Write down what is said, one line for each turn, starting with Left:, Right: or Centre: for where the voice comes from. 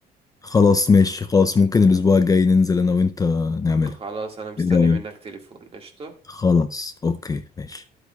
Left: خلاص ماشي خلاص ممكن الأسبوع الجاي ننزل أنا وأنت نعملها
Right: خلاص انا مستني
Left: إيه
Right: منك
Left: رأيك؟
Right: تليفون قشطه
Left: خلاص أوكي ماشي